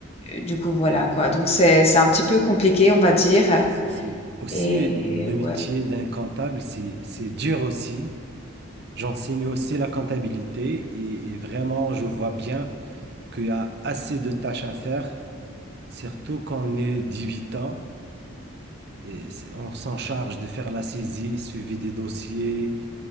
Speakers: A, on the left; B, on the right.
A: du coup, voilà quoi. Donc c'est c'est un petit peu compliqué, on va dire
B: Si, si. Aussi,
A: et
B: le métier
A: ouais.
B: d'un comptable, c'est c'est dur aussi. J'enseigne aussi la comptabilité et, et vraiment, je vois bien qu'il y a assez de tâches à faire, surtout quand on est débutant. Et c'est- on s'en charge de faire la saisie, suivi des dossiers,